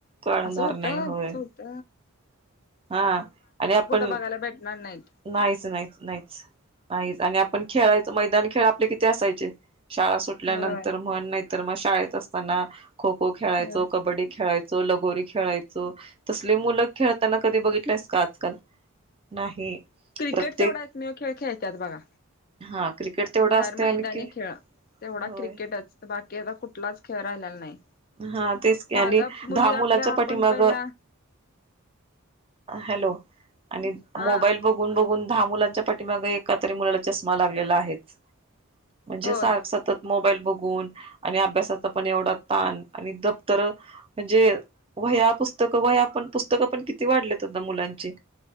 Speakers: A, on the right; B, on the left.
A: कळणार
B: असं होत
A: नाही
B: अस
A: होय
B: होत
A: हा आणि आपण
B: बघायला भेटणार नाहीत.
A: नाहीच नाहीच नाहीच नाहीच आणि आपण खेळायचं. मैदान खेळ आपले किती असायचे. शाळा सुटल्यानंतर
B: होय
A: म्हण नाही तर मग शाळेत असताना खो खो खेळायचो.
B: होय.
A: कबड्डी खेळायचो. लगोरी खेळायचो. तसले मुलं खेळ त्यांना कधी बघितलंस का आजकाल? नाही.
B: क्रिकेट
A: प्रत्येक
B: तेवढा एकमेव खेळ खेळतात बघा
A: हा क्रिकेट तेवढं
B: बाहेर
A: असते
B: मैदाने
A: आणि की
B: खेळ तेवढा
A: होय
B: क्रिकेटच बाकी आता कुठलाच खेळ राहिलेला नाही.
A: हा तेच की
B: साधा
A: आणि
B: मुली
A: दहा मुलांच्या
B: आपल्या आपण
A: पाठीमाग
B: पहिला
A: हॅलो आणि
B: हा
A: मोबाईल बघून बघून दहा मुलांच्या पाठीमाग एका तरी मुलाला चष्मा लागलेला आहेच. म्हणजे
B: होय
A: सारखं सतत मोबाईल बघून आणि अभ्यासाचा पण एवढा ताण आणि दप्तर म्हणजे वह्या पुस्तक वह्या पण पुस्तक पण किती वाढले? मुलांची